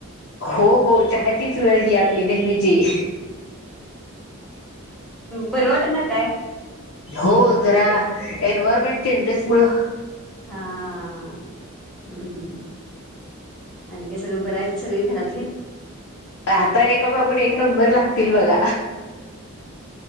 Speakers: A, on the left; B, in the centre.
A: हो हो चहाचीच वेळ ही आपली नेहमीची
B: बर वाट ना काय.
A: हो जरा एन्वयरमेंट चेंजेस मुळ
B: हा हा हम्म हम्म हम्म आणि का सगळं बराय सगळे घरातले
A: आता एकामागून एक नंबर लागतील बघा